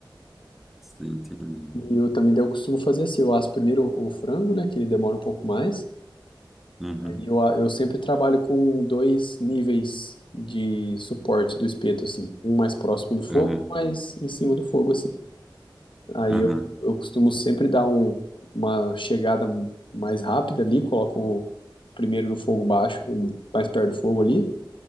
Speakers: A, in the centre; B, on the left.
A: sim, entendi.
B: E eu também, daí eu costumo fazer assim, eu asso primeiro o frango, né, que ele demora um pouco mais,
A: Uhum,
B: Aí eu, eu sempre trabalho com dois níveis de suporte do espeto, assim. Um mais próximo do fogo,
A: uhum,
B: um mais em cima do fogo, assim. Aí
A: uhum,
B: eu, eu costumo sempre dar um- uma chegada mais rápida ali, coloco primeiro no fogo baixo, mais perto do fogo ali,